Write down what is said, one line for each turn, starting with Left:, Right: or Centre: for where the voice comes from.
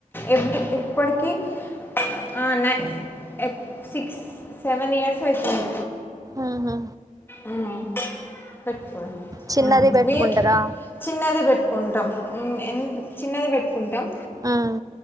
Left: ఎపుడు ఇప్పటికీ ఆ <unintelligible> సిక్స్ సెవెన్ ఇయర్స్ ఐతుంది.
Right: ఊహు!
Left: ఉమ్ పెట్టుకోరా
Right: చిన్నది
Left: ఉమ్
Right: పెట్టుకుంటారా
Left: మీర్ చిన్నదిే పెట్టుకుంటాం ఎ చిన్నది పెట్టు కుంటాం
Right: ఉమ్